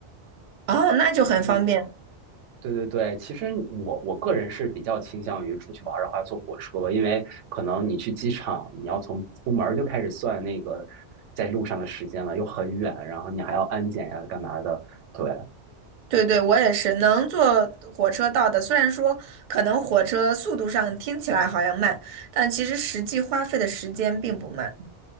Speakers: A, on the right; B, on the right.
A: 哦，那就很方便。
B: 就是对对对，其实我我个人是比较倾向于出去玩儿的话坐火车，因为可能你去机场，你要从出门儿就开始算那个在路上的时间了，又很远，然后你还要安检呀，干嘛的？对，
A: 对对，我也是能坐火车到的。虽然说可能火车速度上听起来好像慢，但其实实际花费的时间并不慢。